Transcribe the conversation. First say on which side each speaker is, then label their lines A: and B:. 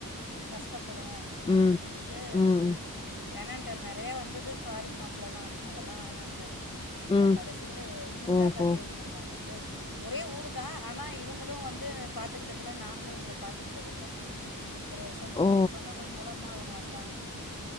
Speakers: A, on the left; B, on the left.
A: கஷ்டப்படு அப்டின்னு
B: ம்
A: சொல்லிட்டு
B: ம்
A: வேணான்டாரு நெறைய வந்தது ஃபாரின் மாப்பளதா அதெல்லா வேணான்டாரு அப்றோ
B: ம்
A: கடைசில இவங்களா
B: ஓஹோ
A: தா தேடி வந்தாங்க ஒரே ஊருதா ஆனா இவங்களு வந்து பாத்துக்கிட்டதில்ல நாங்களு இவங்கள பாத்துக்கிட்டதில்ல ஒரு சொந்த
B: ஓ
A: ஒரு சொந்தங்கள் மூலமா இவுங்க வந்தாங்க